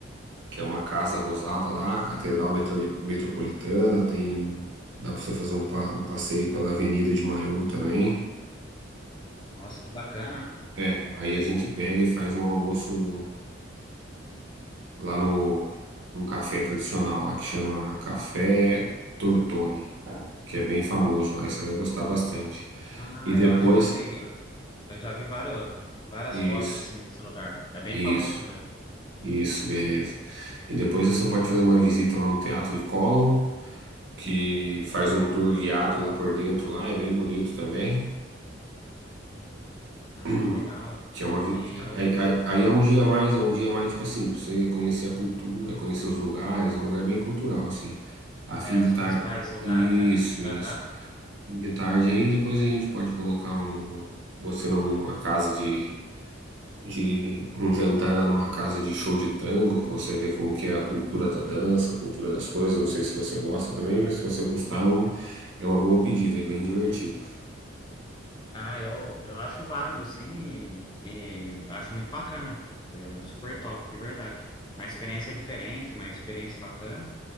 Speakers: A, on the right; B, on the left.
A: que é uma casa rosada lá, Catedral Metro- Metropolitana, tem dá para você fazer um, pa- um passeio pela Avenida de Maior também.
B: Nossa, que bacana.
A: É, aí a gente pega e faz um almoço lá no um café tradicional lá que chama Café Tortoni, que é bem famoso lá, e você vai gostar bastante.
B: Ah,
A: E depois
B: eu acho que eu sei. Eu, eu já vi vários, várias
A: Isso,
B: fotos assim desse lugar. É bem
A: isso,
B: famoso mesmo.
A: isso, beleza. E depois você pode fazer uma visita lá no Teatro de Colón, que faz um tour guiado lá por dentro, lá é bem bonito também.
B: Ah,
A: <clears throat>
B: que legal.
A: Que é uma vi-
B: E o-
A: aí, aí- aí
B: o-
A: é um dia a mais, é um dia a mais tipo assim, pra você conhecer a cultura, conhecer os lugares, é um lugar bem cultural assim. A fim
B: é,
A: de
B: os
A: tarde,
B: principais lugares,
A: isso,
B: né?
A: isso.
B: Aham.
A: Fim de tarde aí, depois a gente pode colocar um, você numa casa de de um jantar lá numa casa de show de tango, pra você ver como que é a cultura da dança, a cultura das coisas. Não sei se você gosta também, mas se você gostar, é um- é uma boa pedida, é bem divertido.
B: Ah, eu, eu acho válido, sim, e, e acho muito bacana. É super top, de verdade. Uma experiência diferente, uma experiência bacana.